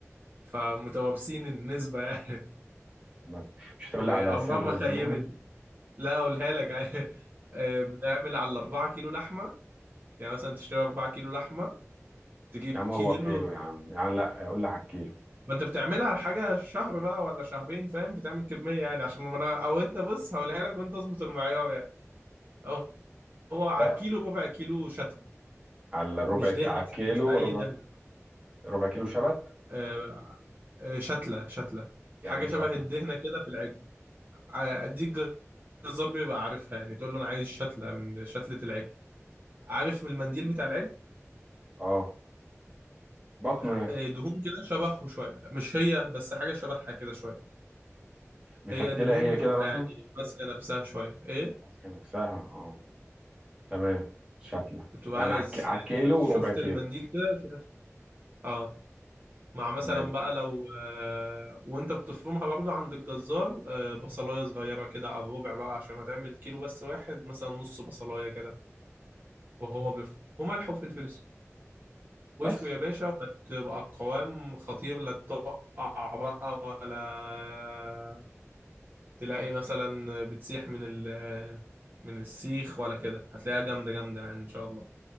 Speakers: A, on the right; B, on the right.
A: فمتوابسين النسبة يعني
B: ما-
A: <laughs>
B: مش هتقول لي
A: وعمرها
B: على سر
A: ما خيبت
B: المهنه
A: لا اقولها لك <laughs> آه، بنعمل على الأربعة كيلو لحمة يعني مثلا تشتري أربعة كيلو لحمة تجيب
B: يا عم
A: كيلو
B: هو كيلو يا عم يعني لا قول لي على الكيلو
A: ما انت بتعملها حاجة شهر بقى ولا شهرين فاهم بتعمل كمية يعني عشان ما انا او انت بص هقولها لك وانت اظبط المعيار يعني هو هو على
B: لا
A: كيلو ربع كيلو شتلة
B: على
A: مش
B: الربع ك...
A: دهنة
B: على
A: مش,
B: الكيلو
A: مش اي
B: ربع
A: دهنة
B: ربع كيلو شبت
A: آه، آه، شتلة شتلة حاجة
B: يعني ايه
A: شبه
B: شتلة
A: الدهنة كده في العجل آه، دي الجزار بيبقى عارفها يعني تقول له انا عايز شتلة من شتلة العجل عارف من المنديل بتاع العجل
B: اه بطنه
A: ح-
B: يعني
A: آه، دهون كده شبهه شوية مش هي بس حاجة شبهها كده شوية
B: مفتلة
A: هي دهون
B: هي
A: بتبقى
B: كده مثلا
A: يعني ماسكة نفسها شوية ايه
B: ماسكة نفسها اه تمام شتلة
A: بتبقى
B: يعني
A: عايز
B: على الك- على
A: يعني
B: الكيلو
A: شفت
B: وربع كيلو
A: المنديل كده فيها ش- اه مع مثلا
B: تمام
A: بقى لو آه وانت بتفرمها برضه عند الجزار آه بصلاية صغيرة كده على الربع بقى عشان هتعمل كيلو بس واحد مثلا نص بصلاية كده وهو بيفرم وملح وفلفل اسود
B: بس
A: واشوي يا باشا وهتبقى القوام خطير لا تقع بقى ولا تلاقي مثلا بتسيح من ال من السيخ ولا كده هتلاقيها جامدة جامدة يعني إن شاء الله